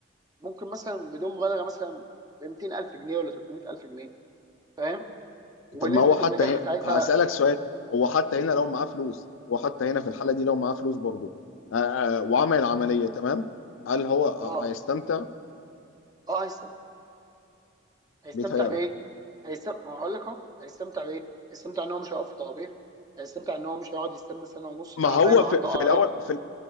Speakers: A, on the right; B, on the left.
A: ممكن مثلا بدون مبالغه مثلا ب 200000 جنيه ولا 300000 جنيه فاهم ونسبه
B: طب ما هو حتى
A: النجاح
B: هي...
A: بتاعتها
B: هسالك سؤال هو حتى هنا لو معاه فلوس هو حتى هنا في الحاله دي لو معاه فلوس برضه آه، آه، وعمل العمليه تمام هل هو ه-
A: اه
B: هيستمتع
A: اه هيستمتع
B: بيتهيألك
A: بايه؟ هيستمتع ما هقول لك اهو هيستمتع بايه؟ هيستمتع ان هو مش هيقف في طوابير هيستمتع ان هو مش هيقعد يستنى سنه ونص
B: ما
A: تعبان
B: هو
A: وعنده
B: في, في
A: اعراض
B: الاول في